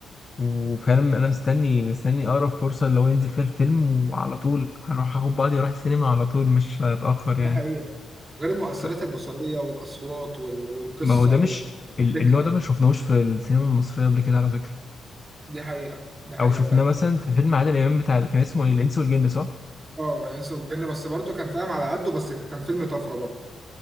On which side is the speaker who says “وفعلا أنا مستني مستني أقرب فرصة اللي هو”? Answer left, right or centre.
Left